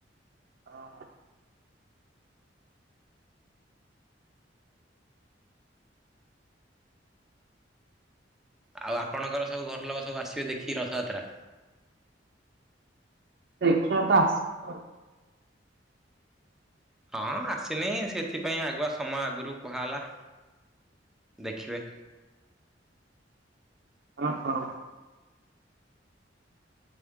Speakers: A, on the right; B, in the centre.
A: ହଁ ହ।
B: ଆଉ ଆପଣଙ୍କର ସବୁ ଘର ଲୋକ ସବୁ ଆସିବେ ଦେଖିକି ରଥଯାତ୍ରା।
A: ଦେ <inaudible>
B: ହଁ ଆସିନି ସେଥିପାଇଁ ଆଗୁଆ ସମୟ ଆଗରୁ କୁହା ହେଲା ଦେଖିବେ।
A: ହ ହ।